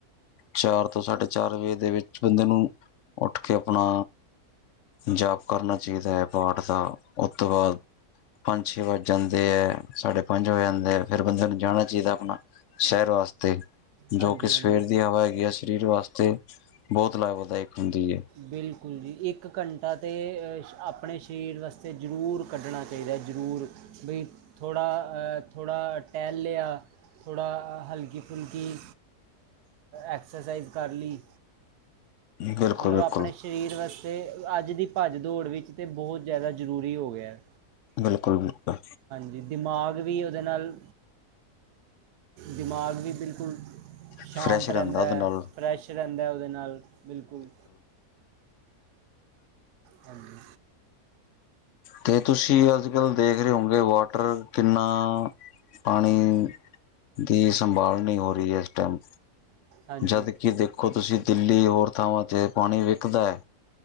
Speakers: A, on the left; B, on the right.
A: ਚਾਰ ਤੋਂ ਸਾਢੇ ਚਾਰ ਵਜੇ ਦੇ ਵਿੱਚ ਬੰਦੇ ਨੂੰ, ਉੱਠ ਕੇ ਆਪਣਾ ਜਾਪ ਕਰਨਾ ਚਾਹੀਦਾ ਏ ਪਾਠ ਦਾ ਉਸ ਤੋਂ ਬਾਅਦ ਪੰਜ ਛੇ ਵੱਜ ਜਾਂਦੇ ਐ। ਸਾਢੇ ਪੰਜ ਹੋ ਜਾਂਦੇ ਆ ਫ਼ਿਰ ਬੰਦੇ ਨੂੰ ਜਾਣਾ ਚਾਹੀਦਾ ਆਪਣਾ, ਸ਼ੈਰ ਵਾਸਤੇ ‌।
B: ਹਾਂਜੀ
A: ਜੋ ਕੇ
B: ਹਾਂਜੀ
A: ਸਵੇਰ ਦੀ ਹਵਾ ਹੈਗੀ ਹੈ ਸਰੀਰ ਵਾਸਤੇ, ਬਹੁਤ ਲਾਭਦਾਇਕ ਹੁੰਦੀ ਏ।
B: ਬਿਲਕੁਲ ਜੀ, ਇੱਕ ਘੰਟਾ ਤਾਂ ਆਪਣੇ ਸਰੀਰ ਵਾਸਤੇ ਜ਼ਰੂਰ ਕੱਢਣਾ ਚਾਹੀਦਾ ਜ਼ਰੂਰ, ਬਈ ਥੋੜ੍ਹਾ, ਥੋੜ੍ਹਾ ਟਹਿਲ ਲਿਆ। ਥੋੜ੍ਹਾ ਹਲਕੀ-ਫੁਲਕੀ ਐਕਸਰਸਾਈਜ਼ ਕਰਲੀ।
A: ਬਿਲਕੁਲ
B: ਮਤਲਬ
A: ਬਿਲਕੁਲ
B: ਆਪਣੇ ਸਰੀਰ ਵਾਸਤੇ ਅੱਜ ਦੀ ਭੱਜ ਦੌੜ ਵਿੱਚ ਤਾਂ ਬਹੁਤ ਜ਼ਿਆਦਾ ਜ਼ਰੂਰੀ ਹੋ ਗਿਆ।
A: ਬਿਲਕੁਲ-ਬਿਲਕੁਲ।
B: ਜੀ ਦਿਮਾਗ ਵੀ ਉਹਦੇ ਨਾਲ, ਦਿਮਾਗ ਵੀ ਬਿਲਕੁਲ
A: ਫਰੈਸ਼
B: ਸ਼ਾਂਤ ਰਹਿੰਦਾ,
A: ਉਹਦੇ ਨਾਲ
B: ਫਰੈਸ਼ ਰਹਿੰਦਾ ਉਹਦੇ ਨਾਲ ਬਿਲਕੁਲ। ਹਾਂਜੀ।
A: ਤੇ ਤੁਸੀਂ ਅੱਜਕੱਲ੍ਹ ਦੇਖ ਰਹੇ ਹੋਗੇ ਵਾਟਰ ਕਿੰਨਾ ਪਾਣੀ, ਦੀ ਸੰਭਾਲ ਨਹੀਂ ਹੋ ਰਹੀ ਇਸ ਟੈਮ।
B: ਹਾਂਜੀ
A: ਜਦ ਕਿ ਦੇਖੋ ਤੁਸੀਂ ਦਿੱਲੀ ਹੋਰ ਥਾਵਾਂ ਤੇ ਪਾਣੀ ਵਿਕਦਾ ਐ